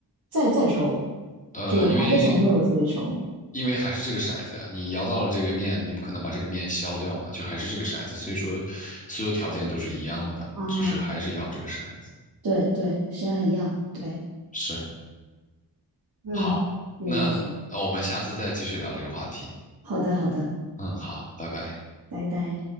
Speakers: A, on the right; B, on the left.
A: 再再抽，
B: 呃，
A: 就我还是从六个数里抽。
B: 因为因为还是这个骰子呀，你摇到了这个面，你不可能把这个面消掉嘛，就还是这个骰子，所以说所有条件都是一样的，
A: 啊，
B: 只是还是摇这个骰子。
A: 对对，实际上一样，对，
B: 是，
A: 嗯。
B: 好，
A: 有意思。
B: 那呃我们下次再继续聊这个话题。
A: 好的，好的，
B: 嗯，好，拜拜。
A: 拜拜。